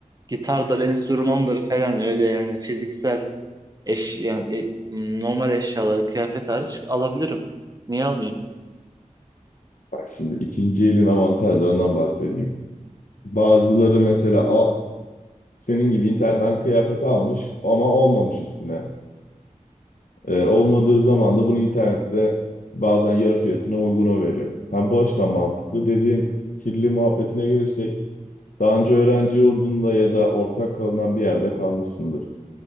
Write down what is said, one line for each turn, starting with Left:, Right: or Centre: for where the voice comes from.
Right: gitardır, enstrümandır falan öyle yani fiziksel Eş, yani e, normal eşyaları kıyafet hariç alabilirim. Niye almayayım?
Left: Bak şimdi ikinci elin avantajlarından bahsedeyim. Bazıları mesela a, senin gibi internetten kıyafet almış ama olmamış üstüne. Ee, olmadığı zaman da bunu internette bazen yarı fiyatına uyguna veriyor. Ha, bu açıdan mantıklı. Dediğin kirli muhabbetine gelirsek daha önce öğrenci yurdunda ya da ortak kalınan bir yerde kalmışsındır.